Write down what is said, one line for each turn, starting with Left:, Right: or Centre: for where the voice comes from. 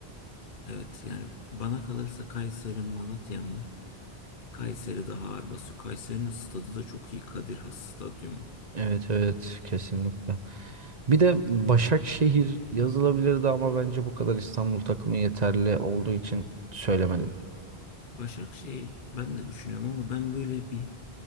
Left: Evet yani bana kalırsa Kayseri Malatya mı? Kayseri daha ağır basıyor. Kayseri'nin stadı da çok iyi. Kadir Has Stadyumu.
Right: Evet evet kesinlikle. Bir de Başakşehir yazılabilirdi ama bence bu kadar İstanbul takımı yeterli olduğu için söylemedim.
Left: Başakşehir ben de düşünüyorum ama ben böyle bir